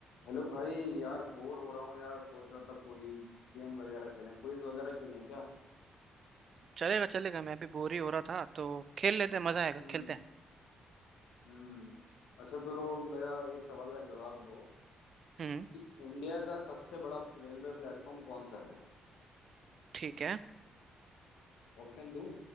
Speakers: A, on the left; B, on the right.
A: हेलो भाई यार बोर हो रहा हूँ यार सोच रहा था कोई गेम वगैरह खेलें क्विज वगैरह खेलें क्या
B: चलेगा चलेगा मैं भी बोर ही हो रहा था तो खेल लेते हैं मजा आएगा
A: हम्म
B: खेलते हैं
A: हम्म अच्छा तो लो मेरा एक सवाल का जवाब दो
B: हम्म
A: कि इंडिया का सबसे बड़ा रेलवे प्लेटफॉर्म कौन सा है
B: ठीक है
A: ऑप्शन दूं